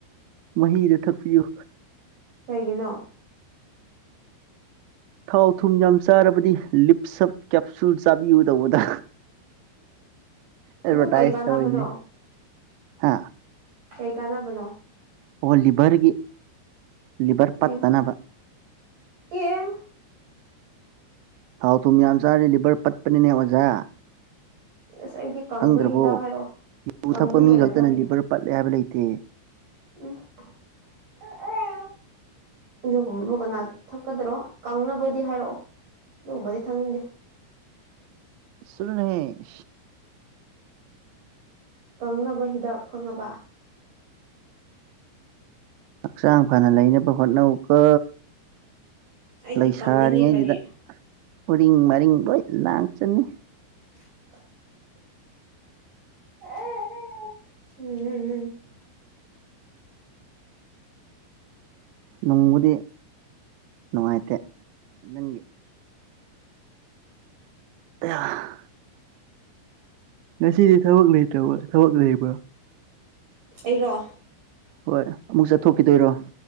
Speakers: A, on the right (about 85°); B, on the right (about 45°).
A: ꯃꯍꯤꯗ ꯊꯛꯄꯤꯌꯨ
B: ꯀꯩꯒꯤꯅꯣ
A: ꯊꯥꯎ ꯊꯨꯝ ꯌꯥꯝ ꯆꯥꯔꯕꯗꯤ ꯂꯤꯞ ꯁꯞ ꯀꯦꯞꯁꯨꯜ ꯆꯥꯕꯤꯌꯨ ꯇꯧꯕꯗ ꯑꯦꯕꯇꯏꯁꯇ
B: ꯑꯗꯨ ꯀꯩ ꯀꯥꯟꯅꯕꯅꯣ
A: ꯑꯣꯏ ꯅꯤ ꯍꯥ
B: ꯀꯩ ꯀꯥꯟꯅꯅꯕꯅꯣ
A: ꯑꯣ ꯂꯤꯚꯔꯒꯤ ꯂꯤꯚꯔ ꯄꯠꯇꯅꯕ
B: ꯑꯦ ꯑꯦ
A: ꯊꯥꯎ ꯊꯨꯝ ꯌꯥꯝ ꯆꯥꯔꯤ ꯂꯤꯚꯔ ꯄꯠꯄꯅꯤꯅꯦ ꯑꯣꯖꯥ
B: ꯑꯁ ꯑꯩꯗꯤ ꯀꯪꯕꯒꯤ
A: ꯈꯪꯗ꯭ꯔꯕꯣ
B: ꯍꯤꯗꯥꯛ ꯍꯥꯏꯔꯛꯑꯣ
A: ꯌꯨ
B: ꯀꯪꯕꯒꯤ
A: ꯊꯛꯄ ꯃꯤ
B: ꯑꯣꯏꯅ
A: ꯈꯛꯇꯅ
B: ꯊꯛꯀꯦ
A: ꯂꯤꯚꯔ ꯄꯠꯂꯦ ꯍꯥꯏꯕ ꯂꯩꯇꯦ
B: ꯎꯝ <unintelligible>
A: <inaudible>
B: ꯑꯗꯨꯒꯨꯝꯕꯕꯨ ꯀꯅꯥ ꯊꯛꯀꯗꯔꯣ ꯀꯪꯅꯕꯗꯤ ꯍꯥꯏꯔꯛꯑꯣ ꯑꯗꯨꯒꯨꯝꯕꯗꯤ ꯊꯛꯅꯤꯡꯗꯦ
A: ꯆꯂꯨꯅꯦꯍꯦ
B: ꯀꯪꯅꯕ ꯍꯤꯗꯥꯛ ꯈꯪꯉꯕ
A: ꯍꯛꯆꯥꯡ ꯐꯅ ꯂꯩꯅꯕ ꯍꯣꯠꯅꯧꯀꯣ
B: ꯑꯩꯗꯤ
A: ꯂꯩꯁꯥꯔꯤꯉꯩꯗꯨꯗ
B: ꯀꯪꯅꯤꯡꯉꯦ ꯀꯔꯤ
A: ꯎꯔꯤꯡ ꯃꯔꯤꯡ ꯂꯣꯏ ꯂꯥꯛ ꯆꯅꯤ
B: <inaudible> <unintelligible> ꯎꯝ ꯎꯝ ꯎꯝ
A: ꯅꯨꯡꯕꯨꯗꯤ ꯅꯨꯡꯉꯥꯏꯇꯦ ꯅꯪꯒꯤ ꯑ ꯉꯁꯤꯗꯤ ꯊꯕꯛ ꯅꯩꯇꯕ ꯊꯕꯛ ꯂꯩꯕ꯭ꯔꯥ
B: ꯑꯩꯔꯣ
A: ꯍꯣꯏ ꯑꯃꯨꯛ ꯆꯠꯊꯣꯛꯈꯤꯗꯣꯏꯔꯣ